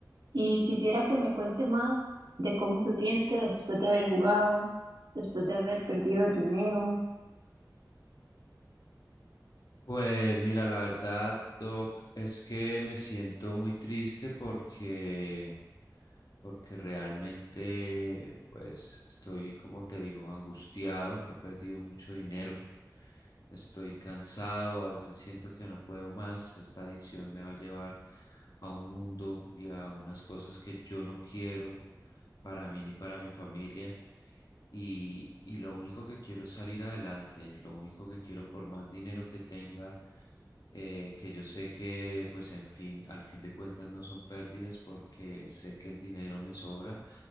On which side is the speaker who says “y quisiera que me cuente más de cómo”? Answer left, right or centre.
Right